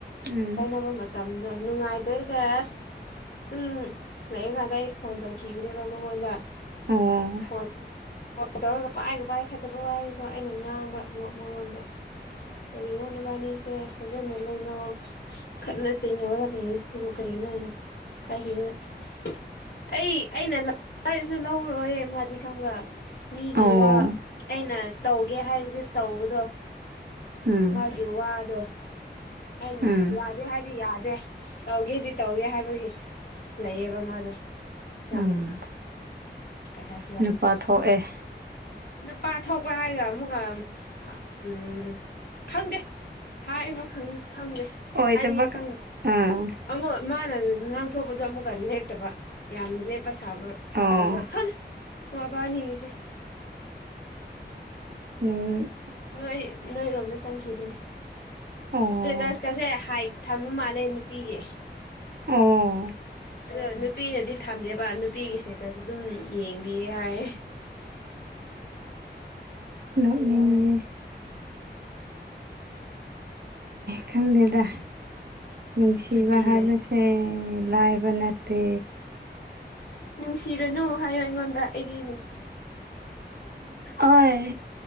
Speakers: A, on the right (about 60°); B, on the left (about 60°).
A: ꯎꯝ
B: ꯀꯥꯏꯅꯕ ꯃꯇꯝꯗꯣ ꯅꯨꯡꯉꯥꯏꯗ꯭ꯔꯒ ꯁꯨꯝ ꯂꯑꯀꯥꯟꯗ ꯑꯩ ꯐꯣꯟ ꯇꯧꯈꯤꯕꯅꯦꯕ ꯃꯉꯣꯟꯗ
A: ꯑꯣ
B: ꯍꯣꯠ <unintelligible> <inaudible> ꯇꯧꯔꯒ ꯄꯥꯏꯒ ꯄꯥꯏ ꯈꯠꯇꯕ ꯋꯥꯅꯤꯀꯣ ꯑꯩꯅ ꯉꯥꯡꯕ ꯃꯉꯣꯟꯗ ꯀꯔꯤꯅꯣ ꯅꯨꯕꯥꯅꯤꯁꯦ ꯐꯖꯅ ꯂꯩꯅꯧ ꯈꯠꯅ ꯆꯩꯅꯔꯒ ꯂꯩ ꯁꯤꯕꯨ ꯀꯅꯣ ꯏꯅ ꯀ <inaudible> ꯑꯩ ꯑꯩꯅꯔꯁꯨ ꯂꯧꯔꯔꯣꯏ ꯃꯥꯗꯤ ꯀꯒꯥ ꯃꯤꯒꯤ
A: ꯑꯣ
B: ꯋꯥ ꯑꯩꯅ ꯇꯧꯒꯦ ꯍꯥꯏꯔꯗꯤ ꯇꯧꯕꯗꯣ
A: ꯎꯝ
B: ꯃꯥꯒꯤꯦ ꯋꯥ ꯋꯥ ꯑꯗꯣ ꯑꯩꯅ
A: ꯎꯝ
B: ꯌꯥꯔꯦ ꯍꯥꯏꯗꯤ ꯌꯥꯗꯦ ꯇꯧꯒꯦꯗꯤ ꯇꯧꯒꯦ ꯍꯥꯏꯕꯒꯤ ꯂꯩꯌꯦꯕ ꯃꯥꯗꯣ ꯌꯥꯝ
A: ꯎꯝ
B: ꯀꯩ ꯍꯥꯏꯁꯤꯔ
A: ꯅꯨꯄꯥ ꯊꯣꯛꯑꯦ
B: ꯅꯨꯄꯥ ꯊꯣꯛꯄ꯭ꯔꯥ ꯍꯥꯏꯒ ꯑꯃꯨꯛꯀ ꯎꯝ ꯈꯪꯗꯦ ꯍꯥꯏꯕ ꯈꯪꯗꯦ
A: ꯑꯣꯏꯗꯕ
B: ꯍꯥꯏꯅꯤꯡꯉꯦ ꯈꯪꯗꯦ
A: ꯑꯥ
B: ꯑꯃ ꯉꯥꯡꯊꯣꯛꯄꯗꯣ ꯑꯃꯨꯛꯀ ꯂꯦꯞꯇꯕ ꯌꯥꯝ ꯂꯦꯞꯄꯕ ꯁꯥꯔꯒ
A: ꯑꯣ
B: ꯈꯉ ꯋꯥ ꯑꯕꯥꯅꯤꯉꯁꯦ
A: ꯎꯝ
B: ꯅꯣꯏ ꯅꯣꯏꯔꯣꯝꯗ ꯆꯪꯈꯤꯕꯅꯤ ꯏꯁꯇꯦꯇꯁꯀꯁꯦ
A: ꯑꯣ
B: ꯍꯥꯏ ꯊꯝꯕ ꯃꯥꯜꯂꯦ ꯅꯨꯄꯤꯒꯤ
A: ꯑꯣ
B: ꯑꯗꯣ ꯅꯨꯄꯤꯅꯗꯤ ꯊꯝꯖꯦꯕ ꯅꯨꯄꯤꯒꯤ ꯁꯦꯛꯇꯁꯨ ꯑꯗꯨꯝ ꯌꯦꯡꯕꯤꯌꯦ ꯌꯥꯏ
A: ꯅꯅꯦꯉ
B: ꯕꯦꯔꯥꯅꯤ
A: ꯈꯪꯗꯦꯗ ꯅꯨꯡꯁꯤꯕ
B: ꯑꯗꯨꯅꯦ
A: ꯍꯥꯏꯕꯁꯦ ꯂꯥꯏꯕꯅꯦꯇꯦ
B: ꯅꯨꯡꯁꯤꯔꯅꯨ ꯍꯥꯏꯌꯣ ꯑꯩꯉꯣꯟꯗ ꯑꯩꯗꯤ ꯅꯨꯡꯁꯤꯔ
A: ꯑꯣꯣꯏ